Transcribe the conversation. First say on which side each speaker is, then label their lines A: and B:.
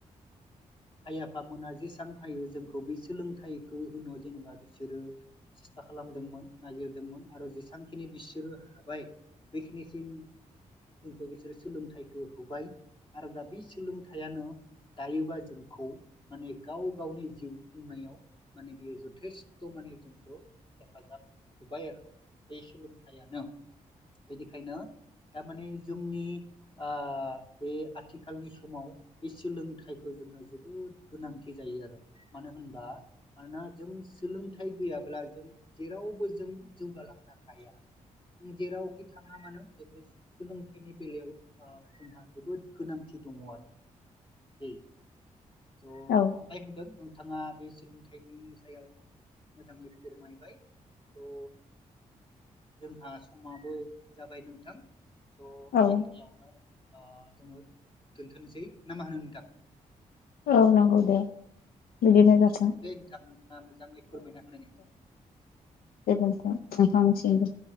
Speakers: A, on the left; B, on the left.
A: <inaudible> आइ आफामोना जेसेबां हायो जोंखौ बे सोलोंथाइखौ होनो जेनोबा बिसोरो सेस्था खालाम खालामदोंमोन नागिरदोंमोन आरो जेसेबांखिनि बिसोरो हाबाय बेखिनिसिम जोंखौ बिसोरो सोलोंथाइखौ होबाय आरो दा बे सोलोंथाइयानो दायोबा जों खौ माने गाव गावनि जिउ खुंनायाव माने बियो जथेस्थ' माने जोंखौ हेफाजाब होबाय आरो बे सोलोंथायाइयानो बेनिखायनो थारमाने जोंनि ओ बे आथिखालनि समाव बे सोलोंथाइखौ जोंनो जोबोद गोनांथि जायो आरो। मानो होनबा मानोना जों सोलोंथाइ गैयाब्ला जों जेरावबो जों जौगालांनो हाया। जों जेरावखि थाङा मानो बे सोलोंथाइनि बेलायाव ओ जोंहा जोबोद गोनांथि दङ आरो दै थ'
B: औ
A: हामबाय होनदों नोंथाङा बे सोलोंथाइनि सायाव मोजाङै फोरमायबाय थ' जोंहा समाबो जाबाय नोंथां। स'
B: औ
A: बेखिनियावनो ओ जोङो दोनथ'नोसै ना मा होनो नोंथां?
B: औ नंगौ दे। बिदिनो
A: दे गोजोनथों
B: जाथों
A: दे नोंथां नोंथाङा मोजाङै फोरमायना होनायनि। थाखाय
B: गोजोन्थों
A: गोजोनथों
B: नोंथांनिसिमबो।